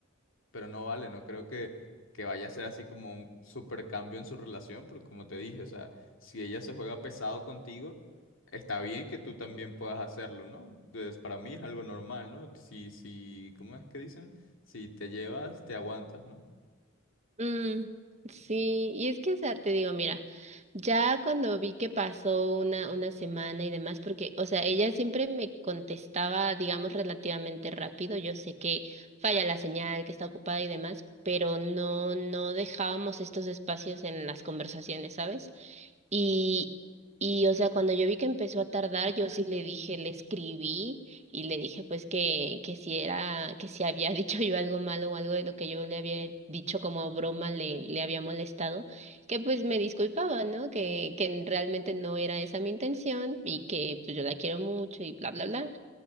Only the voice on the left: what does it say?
pero no vale, no creo que, que vaya a ser así como un super cambio en su relación, porque como te dije, o sea, si ella se juega pesado contigo, está bien que tú también puedas hacerlo, ¿no? Entonces, para mí es algo normal, ¿no? Si, si, ¿cómo es que dicen? Si te llevas, te aguantas, ¿no?